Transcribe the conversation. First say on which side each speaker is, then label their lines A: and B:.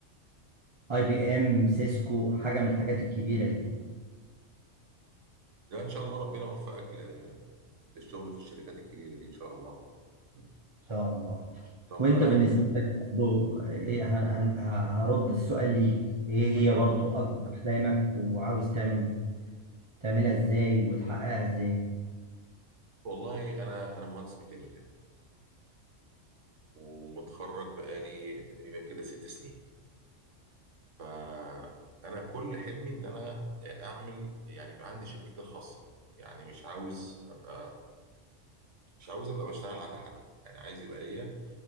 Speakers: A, on the right; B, on the right.
A: اي بي ام سيسكو حاجة من الحاجات الكبيرة دي
B: ده ان شاء الله ربنا يوفقك ل- للشغل في الشركات الكبيره دي ان شاء الله مم.
A: إن شاء الله
B: طب
A: وأنت
B: انا
A: بالنسبة لك برضو إيه هن- هن- هرد السؤال ليك إيه هي
B: <laughs>
A: برضو أكبر أحلامك وعاوز تعمل تعملها ازاي وتحققها ازاي
B: والله انا انا مهندس ميكانيكا ومتخرج بقالي تقريبا كده ست سنين فانا كل حلمي ان انا اعمل يعني يبقى عندي شركتي الخاصه يعني مش عاوز ابقى مش عاوز ابقى بشتغل عند حد يعني عايز يبقى ليا